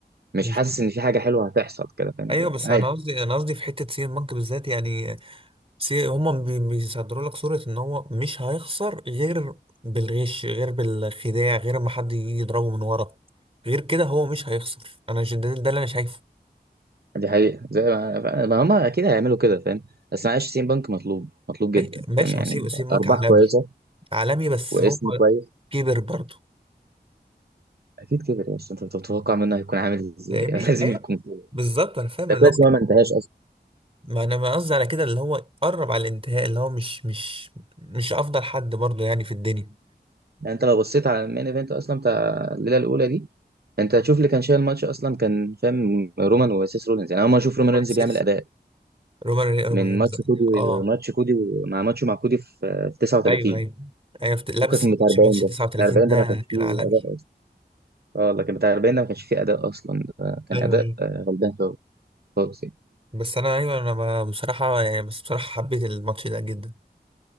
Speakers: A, on the right (about 65°); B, on the right (about 35°).
A: مش
B: مش
A: حاسس ان في حاجة حلوة هتحصل كده فاهم
B: ايوه بس
A: عادي
B: انا قصدي انا قصدي في حته سي بنك بالذات يعني بس هما بي- بيصدروا لك صورة ان هو مش هيخسر غير بالغش غير بالخداع غير ما حد يجي يضربه من ورا غير كده هو مش هيخسر انا ش- ده, ده اللي انا شايفه
A: دي حقيقة زي ما, ما هم اكيد هيعملوا كده فاهم بس معلش سين بنك مطلوب مطلوب
B: ما-
A: جدا
B: ماشي
A: فاهم يعني
B: وسيم وسيمك
A: ارباح
B: عالمي
A: كويسة
B: عالمي بس
A: واسم
B: هو
A: كويس
B: كبر برضه
A: اكيد كبر بس انت بتتوقع منه هيكون عامل ازاي
B: فاهمني
A: <laughs> لازم
B: ايوه
A: يكون كده.
B: بالظبط انا فاهم
A: ده
B: ان
A: كويس
B: هو كده.
A: ان هو ما انتهاش
B: ما انا ما قصدي على كده اللي هو قرب على الانتهاء اللي هو مش مش مش افضل حد برضه يعني في الدنيا
A: يعني انت لو بصيت على المين ايفنت اصلا بتاع الليله الاولى دي انت هتشوف اللي كان شايل الماتش اصلا كان فاهم رومان وسيس رولينز يعني اول ما اشوف رومان
B: رومان
A: رينز
B: ريز-
A: بيعمل اداء
B: رومان ري- رومان
A: من
B: رينز
A: ماتش كودي
B: اه
A: ماتش كودي مع ماتشه مع كودي في في 39
B: ايوه ايوه ايوه فت- لا
A: فكك
B: بس
A: من بتاع
B: ماتش
A: 40
B: بيراميدز
A: ده
B: 39
A: بتاع 40
B: ده
A: ده ما كانش فيه
B: كان عالمي
A: اداء اصلا اه لكن بتاع 40 ده ما كانش فيه اداء اصلا ده كان
B: ايوه
A: اداء
B: ايوه
A: آه، غلبان خالص خالص يعني
B: بس انا ايوه انا ما- بصراحه يعني بس بصراحه حبيت الماتش ده جدا